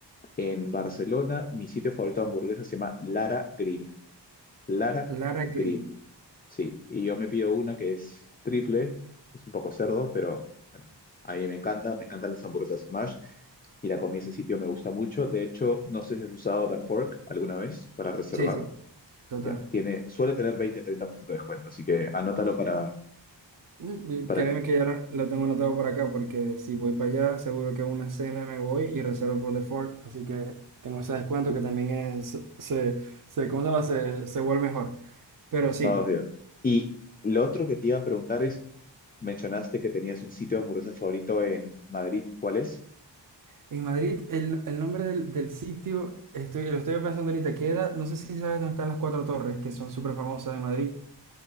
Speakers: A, on the left; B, on the right.
A: en Barcelona mi sitio favorito de hamburguesas se llama Lara Grill. Lara
B: Lara
A: Grill.
B: Grill.
A: Sí, y yo me pido una que es triple, es un poco cerdo, pero bueno, a mí me encanta, me encantan las hamburguesas Smash y la comí en ese sitio, me gusta mucho. De hecho, no sé si has usado The Fork alguna vez para reservar.
B: Sí, sí, total.
A: Ya, tiene, suele tener veinte treinta por ciento de descuento, así que anótalo para,
B: Mm, y
A: para,
B: Créeme que ya lo lo tengo anotado por acá porque si voy para allá, seguro que una cena me voy y reservo por default. Así que tengo ese descuento que también es, se, se, ¿cómo se llama? Se, se vuelve mejor. Pero sí.
A: oh, Dios. Y lo otro que te iba a preguntar es, mencionaste que tenías un sitio de hamburguesas favorito en Madrid, ¿cuál es?
B: En Madrid, el, el nombre del, del sitio, estoy, lo estoy pensando ahorita, queda, no sé si sabes dónde están las Cuatro Torres, que son súper famosas de Madrid.